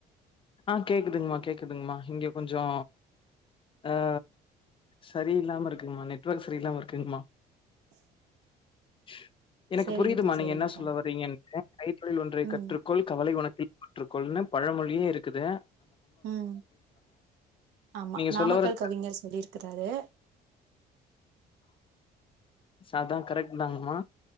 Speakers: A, on the left; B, on the right.
A: ஆ கேக்குதுங்மா கேக்குதுங்மா இங்கே கொஞ்சோ அ சரி இல்லாம இருக்குங்மா நெட்வொர்க் சரியில்லாம இருக்குங்மா
B: <inaudible>
A: <inaudible> எனக்கு
B: சரிங்கப்பா,
A: புரியுதுமா நீங்க
B: சரிங்கப்பா.
A: என்ன சொல்ல வரீங்கனு கைத்தொழில் ஒன்றைக்
B: ம்,
A: கற்றுக்கொள் கவலை உனக்கு <unintelligible> ஒற்றுக்கொள்னு பழமொழியேருக்கு க்குதே
B: ம் ஆமா
A: நீங்க
B: நாமக்கல்
A: சொல்ல வரது
B: கவிஞர் சொல்லிருக்குறாரு
A: சா தா கரெக்ட் தாங்மா